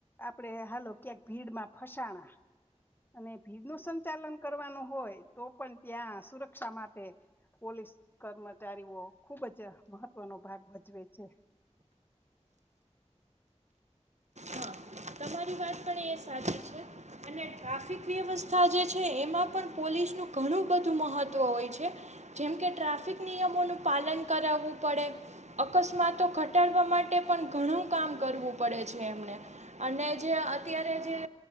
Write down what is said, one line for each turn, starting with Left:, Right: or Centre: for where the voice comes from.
Left: આપડે હાલો ક્યાંક ભીડમાં ફસાણા અને ભીડ ન સંચાલન કરવાનું હોય, તો પણ ત્યાં સુરક્ષા માટે પોલીસ કર્મચારીઓ ખૂબ જ મહત્વનો ભાગ ભજવે છે.
Right: હા તમારી વાત પણ એ સાચી છે. અને ટ્રાફિક વ્યવસ્થા જે છે, એમાં પણ પોલીસનું ઘણું બધું મહત્ત્વ હોય છે. જેમ કે ટ્રાફિક નિયમોનું પાલન કરાવવું પડે, અકસ્માતો ઘટાડવા માટે પણ ઘણું કામ કરવું પડે છે એમને. અને જે અત્યારે જે